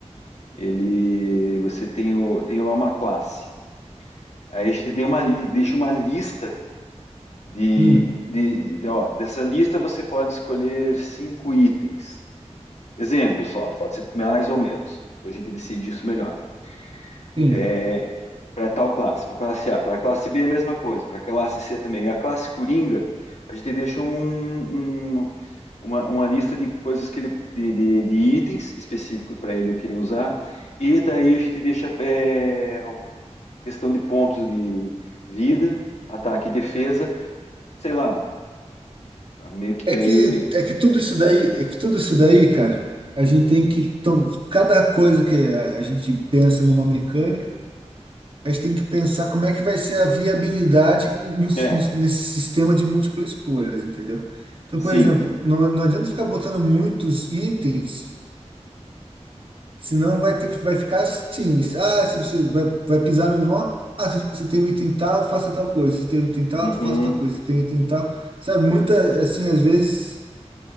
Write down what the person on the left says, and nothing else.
ele, você tem, o, tem lá uma classe. Aí a gente tem uma, li- deixa uma lista de,
de, de, ó, dessa lista você pode escolher cinco itens. Exemplo só, pode ser mais ou menos. A gente decide isso melhor.
É, para tal classe, para classe A, para classe B é a mesma coisa, para classe C também. A classe Coringa, a gente deixa um um, uma, uma lista de coisas que ele, de, de- de itens específicos para ele que ele usar, e daí a gente deixa é, questão de pontos de vida, ataque e defesa, sei lá, meio que
daí,
é,
sim,
uhum.